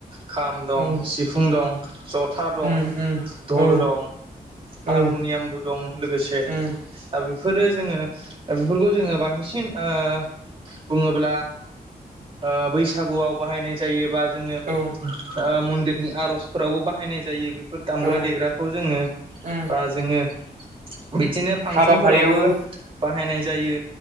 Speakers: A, on the right; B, on the right.
A: खाम दं
B: औ
A: सिफुं दं ज'था
B: उम
A: दं
B: उम
A: धल
B: औ
A: दं
B: औ
A: हारमु'नियामबो दं लोगोसे ओ
B: उम
A: बेफोरो जोङो ओ बेफोरखौ जोङो बांसिन ओ बुङोब्ला ओ बैसागुआव बाहायनाय जायो बा जोङो
B: औ
A: ओ मन्दिरनि आर'जफोरावबो बाहायनाय जायो बे बेफोर दामग्रा
B: औ
A: देग्राखौ जोङो
B: उम
A: बा जोङो बिदिनो फांसनफोरावबो
B: हाबाफारियावबो
A: बाहायनाय जायो